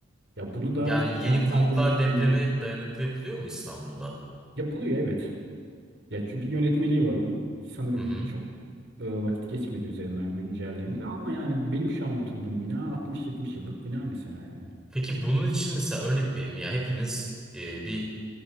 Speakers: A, on the right; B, in the centre.
A: Ya bunu da
B: yani
A: kentsel
B: yeni konutlar
A: dönüşümle
B: depreme dayanıklı yapılıyor mu İstanbul'da?
A: yapılıyor evet. Ya çünkü bir yönetmeliği var onun. Sanırım
B: Hı hı.
A: çok e, vakit geçmedi üzerinden güncellenildi ama yani benim şu an oturduğum bina 60-70 yıllık bina mesela yani.
B: Peki bunun için mesela örnek vereyim ya hepimiz e, bir